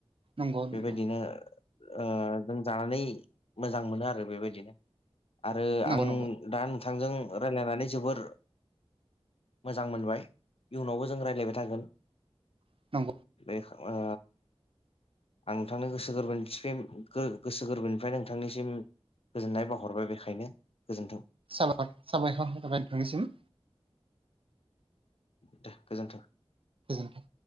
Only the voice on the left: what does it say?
बेबायदिनो ओ जों जानानै मोजां मोनो आरो बेबायदिनो आरो
आं
दान थांजों रायलायनानै जोबोर मोजां मोनबाय इयुनावबो जों राय <unintelligible> थागोन
बे ओ आं नोंथांनो गोसो गोरबोनि <unintelligible> गोसो गोरबोनिफ्राय नोंथांनिसिम गोजोननाय बावाहरबाय बेखायनो गोजोनथों
दे गोजोनथों।